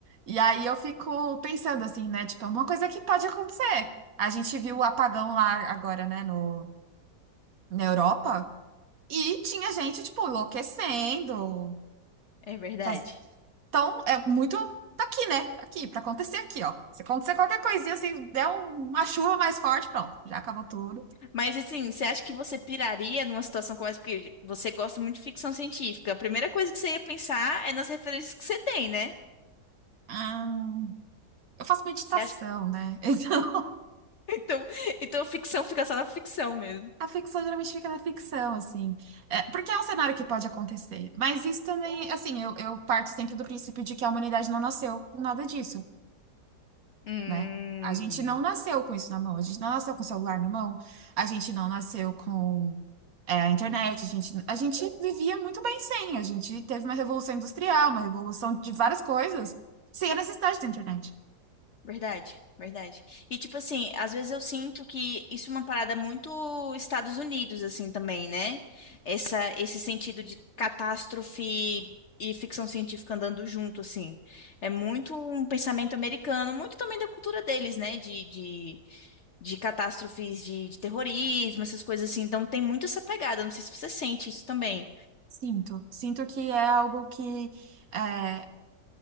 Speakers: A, on the right; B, on the left.
A: E aí eu fico pensando assim, né? Tipo, é uma coisa que pode acontecer. A gente viu o apagão lá agora, né, no, na Europa, e tinha gente, tipo, enlouquecendo.
B: É verdade.
A: Faz- Então, é muito. Tá aqui, né? Tá aqui, pra acontecer aqui, ó. Se acontecer qualquer coisinha, assim, der um- uma chuva mais forte, pronto, já acabou tudo.
B: Mas assim, você acha que você piraria numa situação como essa? Porque você gosta muito de ficção científica. A primeira coisa que você ia pensar é nas referências que você tem, né?
A: Ah, eu faço meditação,
B: Você acha? <laughs>
A: né? <laughs> Então.
B: Então, então ficção fica só na ficção mesmo.
A: A ficção geralmente fica na ficção, assim. É, porque é um cenário que pode acontecer. Mas isso também, assim, eu, eu parto sempre do princípio de que a humanidade não nasceu com nada disso,
B: Hum.
A: né? A gente não nasceu com isso na mão, a gente não nasceu com o celular na mão, a gente não nasceu com, é, a internet, a gente, a gente vivia muito bem sem, a gente teve uma revolução industrial, uma revolução de várias coisas, sem a necessidade da internet.
B: Verdade, verdade. E tipo assim, às vezes eu sinto que isso é uma parada muito Estados Unidos assim também, né? Essa esse sentido de catástrofe e ficção científica andando junto assim. É muito um pensamento americano, muito também da cultura deles, né? De, de, de catástrofes de, de terrorismo, essas coisas assim. Então tem muito essa pegada, não sei se você sente isso também.
A: Sinto, sinto que é algo que é,